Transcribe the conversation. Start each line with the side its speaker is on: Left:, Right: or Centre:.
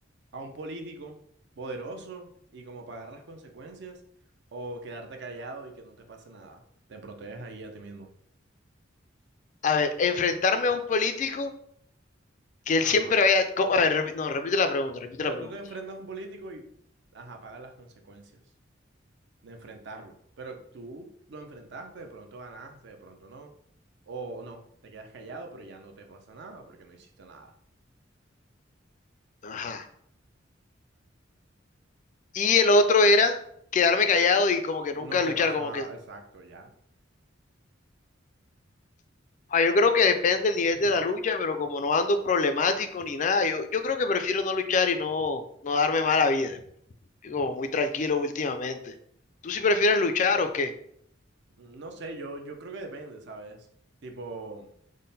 Right: a un político poderoso y como pagar las consecuencias o quedarte callado y que no te pase nada. Te proteges ahí a ti mismo.
Left: A ver, enfrentarme a un político que él
Right: Ajá.
Left: siempre había... co- A ver, repi- no, repite la pregunta, repite
Right: Mira,
Left: la pregunta.
Right: tú te enfrentas a un político y, ajá, pagas las consecuencias de enfrentarlo, pero tú lo enfrentaste, de pronto ganaste, de pronto no, o no, te quedas callado, pero ya no te pasa nada porque no hiciste nada.
Left: Ajá. Y el otro era quedarme callado y como que nunca
Right: No te
Left: luchar,
Right: pasa
Left: como
Right: nada,
Left: que...
Right: exacto, ya.
Left: Ah, yo creo que depende del nivel de la lucha, pero como no ando problemático ni nada, yo, yo creo que prefiero no luchar y no, no darme mala vida. como muy tranquilo últimamente. ¿Tú sí prefieres luchar o qué?
Right: No sé, yo, yo creo que depende, ¿sabes? Tipo...